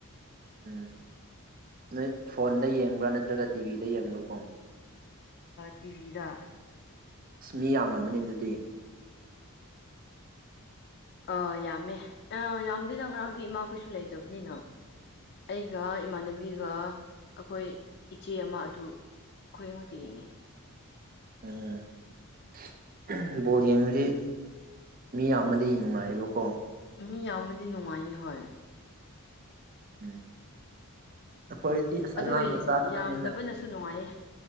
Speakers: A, on the right (about 40°); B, on the left (about 50°).
A: ꯎꯝ ꯅꯣꯏ ꯐꯣꯟꯗ ꯌꯦꯡꯕ꯭ꯔꯥ ꯅꯠꯇ꯭ꯔꯒ ꯇꯤꯚꯤꯗ ꯌꯦꯡꯕ꯭ꯔꯥꯀꯣ
B: ꯇꯤꯚꯤꯗ
A: ꯑꯁ ꯃꯤ ꯌꯥꯝꯅ ꯑꯃꯅꯤꯅꯤ ꯑꯗꯨꯗꯤ
B: ꯑꯥ ꯌꯥꯝꯃꯦ ꯌꯥꯝꯗꯦꯗ ꯉꯔꯥꯡꯗꯤ ꯏꯃꯥꯈꯣꯏꯁꯨ ꯂꯩꯇꯕꯅꯤꯅ ꯑꯩꯒ ꯏꯃꯥꯟꯅꯕꯤꯒ ꯑꯩꯈꯣꯏ ꯏꯆꯦ ꯑꯃ ꯑꯗꯨ ꯑꯩꯈꯣꯏ ꯉꯉꯛꯇ ꯌꯦꯡꯉꯤ
A: ꯎꯝ ꯕꯣꯜ ꯌꯦꯡꯕꯁꯤ ꯃꯤ ꯌꯥꯝꯅꯗꯤ ꯅꯨꯡꯉꯥꯏꯌꯦꯕꯀꯣ
B: ꯃꯤ ꯌꯥꯝꯃꯗꯤ ꯅꯨꯡꯉꯥꯏꯌꯦ ꯍꯣꯏ
A: ꯎꯝ ꯑꯩꯈꯣꯏꯗꯤ ꯑꯁ
B: ꯑꯗꯨ
A: ꯑꯉꯥꯡ ꯃꯆꯥ ꯈꯛꯇꯅꯤꯅ
B: ꯌꯥꯝꯗꯕꯅꯁꯨ ꯅꯨꯡꯉꯥꯏꯌꯦ